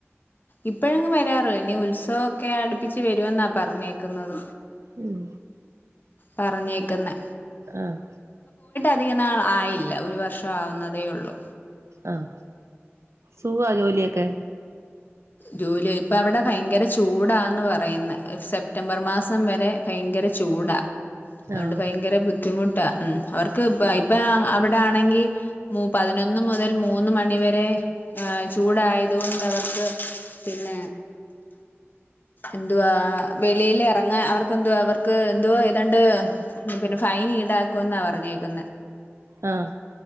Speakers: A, on the left; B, on the right.
A: ഇപ്പോഴെങ്ങും വരാറില്ല ഇനി ഉത്സവൊക്കെ അടുപ്പിച്ച് വരുമെന്നാ പറഞ്ഞേക്കുന്നത്
B: ഉം
A: പറഞ്ഞേക്കുന്നെ
B: ആഹ്
A: അധിക നാൾ ആയില്ല ഒരു വർഷം ആവുന്നതേ ഒള്ളൂ
B: ആഹ് സുഖാ ജോലിയൊക്കെ
A: ജൂലൈ ഇപ്പ അവിടെ ഭയങ്കര ചൂടാന്ന് പറയുന്നെ സെപ്റ്റംബർ മാസം വരെ ഭയങ്കര ക്കെ ചൂടാ അതുകൊണ്ട്
B: ആഹ്
A: ഭയങ്കര ബുദ്ധിമുട്ടാ ഉ അവർക്ക് ഇ ഇപ്പ അവിടെ ആണെങ്കി മ പതിനൊന്ന് മുതൽ മൂന്ന് മണിവരെ ആ ചൂടായതുകൊണ്ട് അവർക്ക് പിന്നെ എന്തുവാ വെ വളൽ ഇറങ്ങാൻ അവർക്ക് എന് അവർക്ക് എന്തു ഏതാണ്ട് പിന്നെ ഫൈൻ ഈടാക്കും എന്നാ പറഞ്ഞേക്കുന്നത് ണ്
B: ആഹ്